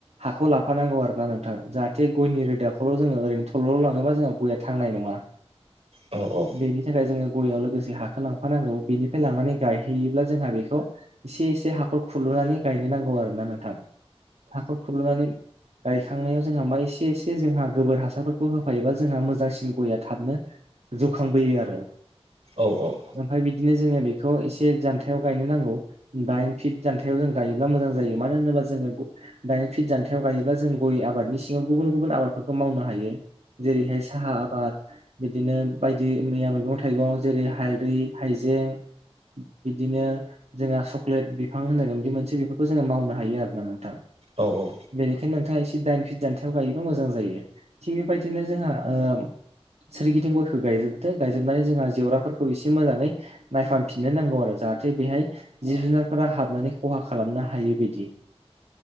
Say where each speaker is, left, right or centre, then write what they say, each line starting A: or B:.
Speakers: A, on the right; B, on the right.
A: हाखौ लाफानांगौ आरो ना नोंथां जाहाथे जे गयनि रोदाखौल' जोङो ओरैनो थल'ल' लाङोबा जोंहा गया थांनाय नङा।
B: औ औ
A: बेनि थाखाय जोङो गययाव लोगोसे हाखौ लांफानांगौ बेनिफ्राय लांनानै गायहैयोब्ला जोंहा बेखौ एसे एसे हाखर खुुरलुनानै गायनो नांगौ आरो ना नोंथां। हाखर खुलुनानै गायखांनायाव जोंहा मा एसे एसे जोंहा गोबोर हासारफोरखौ होफायोबा जों जोंहा मोजांसिन गया थाबनो जौखांबोयो आरो।
B: औ औ
A: ओमफ्राय बिदिनो जोङो बेखौ एसे जानथायाव गायनो नांगौ। दाइन फिट जान्थायाव जों गायोब्ला मोजां जायो मानो होनोबा जोङो दानि फिट जान्थायाव गायोब्लाा जों गय आबादनि सिङाव गुबुन गुबुन आबादफोरखौ मावनो हायो। जेरैहाय साहा आबाद बिदिनो बायदि मैया मैगं थाइगं जेरै हालदै हाइजें बिदिनो जोंहा चक्लेट बिफां होननाय गोन बे मोनसे बेफोरखौ जोङो मावनो हायो आरो ना नोंथां।
B: औ औ
A: बेनिखायनो नोंथाङा एसे दाइन फिट दान्थायाव गायोबा मोजां जायो थिग बेबायदिनो जोंहा ओ सोरगिदिं गयखौ गायजोबदो गायजोबनानै जोंहा जेवराफोरखौ एसे मोजाङै नायफामफिननो नांगौ आरो जाहाथे बेहाय जिब जुनारफोरा हाबनानै खहा खालामनो हायैबायदि